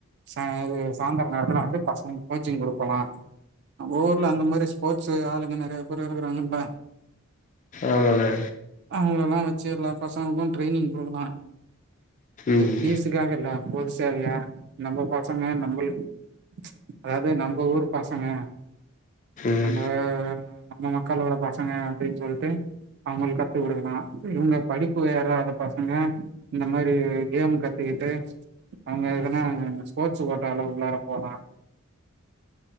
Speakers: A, on the right; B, on the left.
A: ச இது சாய்ந்தர நேரத்துல வந்து பசங்க கோச்சிங் குடுக்கலா நம்ம ஊர்ல அந்த மாரி ஸ்போட்ஸ் ஆளுங்க நெறைய பேர் இருக்கறாங்கில்ல
B: ஆமாண்ணே
A: அவுங்கலெல்லா வெச்சு எல்லா பசங்ளுக்கு ட்ரைனிங் குடுக்கலா
B: ம்
A: இது ஃபீஸுக்காகல்ல பொதுசேவையா நம்ப பசங்க நம்முளு ம்ச் அதாது நம்ப ஊரு பசங்க
B: ம்
A: நம்ப நம்ம மக்களோட பசங்க அப்டின்னு சொல்ட்டு அவுங்ளுக் கத்து குடுக்குனு இது இவுங்க படிப்பு ஏறாத பசங்க இந்த மாரி கேம் கத்துகுட்டு அவுங்க எதனா ஸ்போட்ஸ் கோட்டால உள்ளார போலா